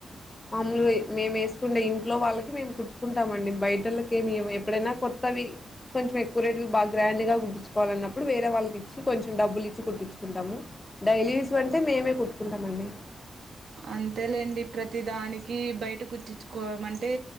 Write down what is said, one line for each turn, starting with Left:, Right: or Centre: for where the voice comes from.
Left: మామూలుగా మేము వే ట్టుకునే ఇంట్లో వాళ్ళకి మేము కుట్టుకుంటామండి బయట వాళ్ళకి ఏమీ ఎప్పుడైనా కొత్తవి కొంచెం ఎక్కువ రేట్ కి బాగాగ్రాండ్గా కుట్టించుకోవాలికున్నప్పుడు వేరే వాళ్ళకిచ్చి కొంచెం డబ్బులు ఇచ్చి కుట్టించుకుంటాము డైలీ యూస్ అంటే మేమే కుట్టుకుంటాము అండి
Right: అంతేలేండి ప్రతి దానికి బయట కుట్టించుకోవడం అంటే